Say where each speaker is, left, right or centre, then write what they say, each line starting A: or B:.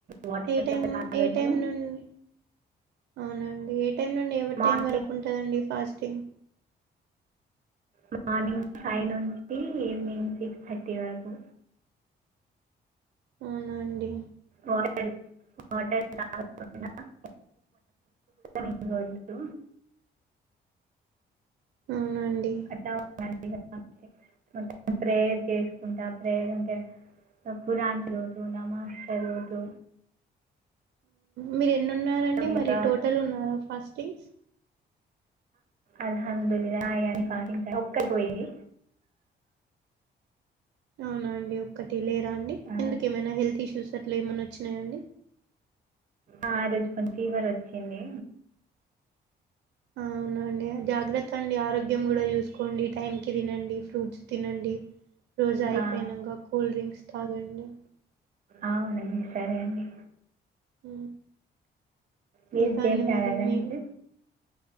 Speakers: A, on the right; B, on the right.
A: వాటర్
B: ఏ టైం
A: కూడా తాగద్దు
B: ఏ టైం నుండి అవునండి ఏ టైం నుండి ఏ
A: మార్నింగ్
B: టైం వరకు ఉంటుందండి ఫాస్టింగ్
A: మార్నింగ్ ఫైవ్ నుంచి ఈవినింగ్ సిక్స్ థర్టీ వరకు
B: అవునాండి
A: వాటర్ వాటర్ తాగకూడదు <unintelligible> ఏం తినకూడదు
B: అవునండి
A: అలా ఉండాలి మొత్తం మొత్తం ప్రేయర్ చేసుకుంటా ప్రేయర్ అంటే ఖురాన్ చదువుతు నమాజ్ ఎదుగుతు
B: మీరు ఎన్ని ఉన్నారండి
A: ఇక
B: మరి టోటల్ ఉన్నారా ఫాస్టింగ్స్
A: అలహందుల్ అయాని పాటించాలి
B: అవునండి ఒక్కటి లే అండి
A: ఆ,
B: ఎందుక ఏమైనా హెల్త్ ఇష్యూస్ అట్లా ఏమన్నా వచ్చినాయండీ
A: ఆ రోజు కొంత ఫీవర్ వచ్చింది
B: అవునండి జాగ్రత్త అండి ఆరోగ్యం కూడా చూసుకోండి టైం కి తినండి ఫ్రూట్స్ తినండి రోజా అయిపోయినాక
A: ఆ,
B: కూల్ డ్రింక్స్ తాగండి
A: అవునండి సరే అండి
B: ఉమ్,
A: మీరు
B: ఇంకా
A: చేశార
B: అండి మరి
A: లంచ్
B: మీ